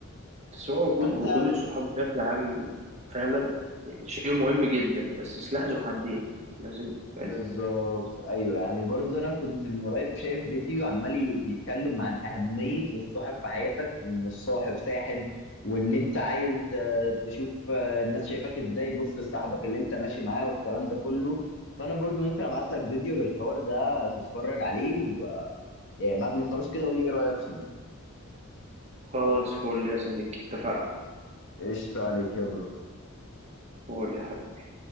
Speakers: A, on the right; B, on the left.
A: بس هو وجود
B: فانت
A: وجود الصحاب بشكل عام فعلا يعني شيء مهم جدا بس سلاح ذو حدين لازم
B: بالظبط
A: فاهم
B: ايوه يعني برضه انا كنت من قريب شايف فيديو عمال بيتكلم عن اهميه الصاحب في حياتك وان الصاحب ساحب وان انت عايز آه، تشوف آه، الناس شايفاك ازاي بص لصاحبك اللي انت ماشي معاه والكلام ده كله فانا برضه ممكن ابعت لك فيديو للحوار ده تتفرج عليه و... يعني بعد ما تخلص كده قول لي ايه رايك فيه
A: خلاص فول يا صديقي اتفقنا
B: قشطة عليك يا برو
A: قول لي حبيبي.